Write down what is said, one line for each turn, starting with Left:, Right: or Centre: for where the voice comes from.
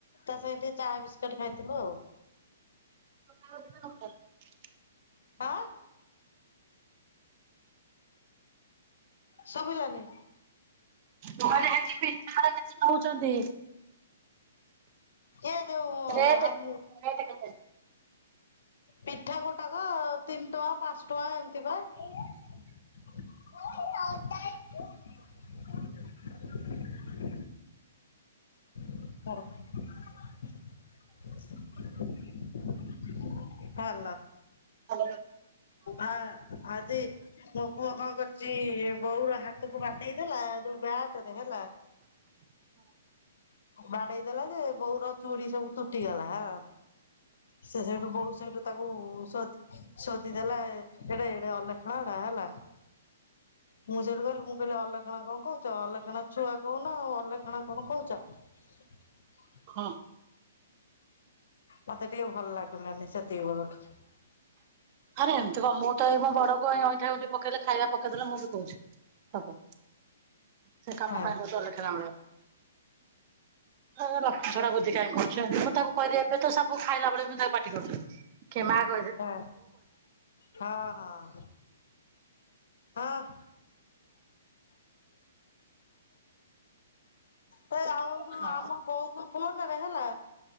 Left: ତା ସାଙ୍ଗ ଟିକେ ଚା ବିସ୍କୁଟ ଖାଇଥିଲୁ ଆଉ।
Right: <unintelligible>
Left: ଆଁ ଶୁବିଲାନି।
Right: <inaudible> ପଠା ନଉଛନ୍ତି,
Left: ଏ ଯୋଉ
Right: ରେଟ
Left: ଆମ
Right: କେତେ?
Left: ପିଠା ଗୋଟାକ ତିନି ଟଙ୍କା ପାଞ୍ଚ ଟଙ୍କା ଏମିତି ପା। <unintelligible> <unintelligible> <inaudible> ଭଲ
Right: ହଁ
Left: ଆ ଆଜି ମୋପୁଅ କଣ କରିଛି ବୋଉର ହାତକୁ ବାଟେଇ ଦେଲା ଯୋଉ ବ୍ୟାଟରେ ହେଲା ବାଡେଇ ଦେଲା ଯେ ବୋଉର ଚୁୁଡି ସବୁ ତୁଟିଗଲା ହେଲା ସେ ସେଇଠୁ ବୋଉ ସେଇଠୁ ତାକୁ ସୋ ଶୋଦିଦେଲା ଏଟା ଏଡେ ଅଲକ୍ଷଣାଟା ହେଲା ମୁଁ ସେଉଠୁ କହିଲି ମୁଁ କହିଲି ଅଲକ୍ଷଣା କଣ କହୁଛ ଅଲକ୍ଷଣା ଛୁଆ କହୁନ ଆଉ ଅଲକ୍ଷଣା କଣ କହୁଛ, <unintelligible>
Right: ହଁ
Left: ମତେ ଟିକେ ଭଲ ଲାଗିଲାନିି ସେତିକିବେଳଠୁ।
Right: ଆରେ ଏମିତି କଣ ମୁଁ ତ ଏଇ ମୋ ବଡ ପୁଅ ଅଇଁଠାଇଁଠି ପକେଇଲେ ଖାଇବା ପକେଇଦେଲେ ମୁଁ ବି କହୁଛି ସବୁ ସେ କାମ
Left: ହଁ
Right: କାଇ କତ ଲ ଖଲାଉଣ ହ ର ଲକ୍ଷ୍ମି ଛଡ଼ା ବୁଦ୍ଧି କାଇଁ ମୁଁ ତାକୁ କହିଦେ ଏବେ ତ ମୁଁ ଖାଇଲା ଭଳେ ତାକୁ ପାଟି କରୁଥିଲି। କେ ମା କ
Left: ହଁ ହଁ ହଁ। ହଁ <inaudible> ସେ ଆଉ
Right: ହଁ
Left: ଆମ ବହୁତ ଫୁଲଣରେ ହେଲା